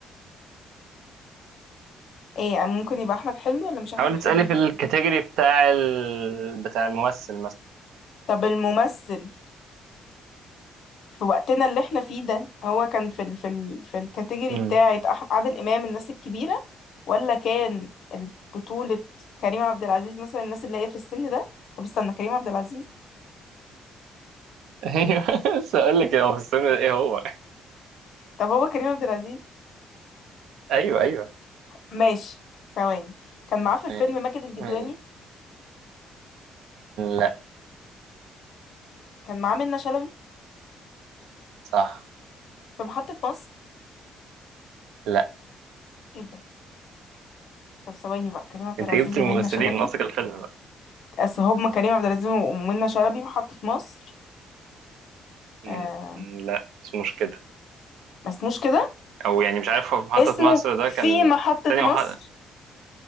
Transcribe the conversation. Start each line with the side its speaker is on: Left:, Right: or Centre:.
Left: ايه ممكن يبقى احمد حلمي ولا مش احمد
Right: حاولي
Left: حلمي
Right: تسألي في الكاتيجوري بتاع ال... بتاع الممثل
Left: طب الممثل في وقتنا اللي احنا فيه ده هو كان في ال في ال في الكاتيجوري
Right: مثلا
Left: بتاعه أح- عادل امام الناس الكبيره ولا كان بطوله كريم عبد العزيز مثلا الناس اللي هي في السن ده طب استنى كريم عبد العزيز
Right: ايوه <laughs> بس اقول لك هو في السن ده ايه هو
Left: طب هو كريم عبد العزيز
Right: ايوه ايوه
Left: ماشي ثواني كان معاه في الفيلم
Right: يعني-
Left: ماجد الكدواني
Right: يعني- لا
Left: كان معاه منة شلبي
Right: صح
Left: في محطة مصر
Right: لا
Left: ايه ده طب ثواني بقى كريم عبد
Right: انت
Left: العزيز
Right: جبت الممثلين
Left: ومنة شلبي
Right: ناقصك الفيلم بقى
Left: اصل هما كريم عبد العزيز ومنة شلبي محطة مصر
Right: م-
Left: آه
Right: لا مش مش كده
Left: ما اسموش كده
Right: او يعني مش عارف هو في محطة
Left: اسمه
Right: مصر ده
Left: في
Right: كان
Left: محطة
Right: ثانية
Left: مصر
Right: ومحطة